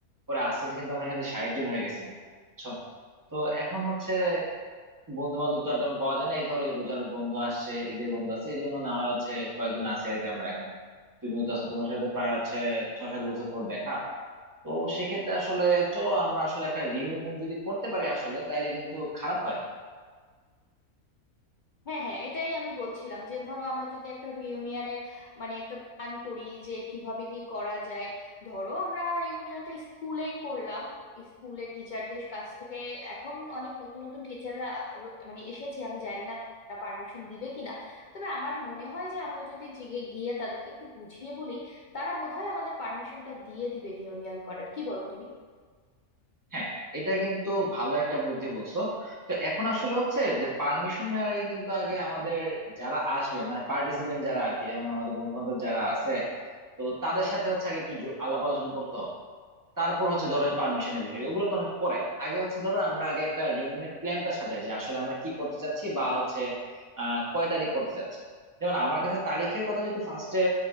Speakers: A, on the right (about 20°); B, on the left (about 75°).
A: পরে আস্তে আস্তে কিন্তু আমরা এখানে ষাট জন হয়ে গেছিলাম বুঝছো তো এখন হচ্ছে বন্ধু বান্ধব তো আর তেমন পাওয়া যায় না এই ধরো যে রোজার বন্ধু আসছে ঈদের বন্ধু আসছে এই জন্য না হয় হচ্ছে কয়েকজন আছি আর কি আমরা এখন তুমিও তো আছো তোমার সাথে তো প্রায় হচ্ছে ছ সাত বছর পর দেখা তো সেক্ষেত্রে আসলে চলো আমরা আসলে একটা রিউনিয়ন যদি করতে পারি আসলে তাইলে কিন্তু খারাপ হয় না
B: হ্যাঁ হ্যাঁ এটাই আমি বলছিলাম যে ধরো আমরা যদি একটা রিউনিয়নের মানে একটা প্ল্যান করি যে কিভাবে কি করা যায় ধরো আমরা রিউনিয়নটা স্কুলেই করলাম স্কুলের টিচারদের কাছ থেকে এখন অনেক নতুন নতুন টিচাররা মানে এসেছে আমি জানি না তারা পারমিশন দিবে কিনা তবে আমার মনে হয় যে আমরা যদি জিগে গিয়ে তাদেরকে একটু বুঝিয়ে বলি তারা বোধহয় আমাদের পারমিশনটা দিয়ে দিবে রিউনিয়ন করার কি বলো তুমি
A: হ্যাঁ এটা কিন্তু ভালো একটা বুদ্ধি বলছো তো এখন আসলে হচ্ছে যে পারমিশন নেওয়ার আগে কিন্তু আগে আমাদের যারা আসবে মানে পার্টিসিপেন্ট যারা আর কি যেমন আমাদের বন্ধু বান্ধব যারা আছে তো তাদের সাথে হচ্ছে আগে একটু জো- আলাপ আলোচনা করতে হবে তারপর হচ্ছে ধরো যে পারমিশনের বিষয় ওগুলো তো অনেক পরে আগে হচ্ছে ধরো আমরা আগে একটা রিউনিয়নের প্ল্যানটা সাজাই যে আসলে আমরা কি করতে চাচ্ছি বা হচ্ছে আহ কয় তারিখ করতে চাচ্ছি যেমন আমার কাছে তারিখের কথা যদি ফার্স্টে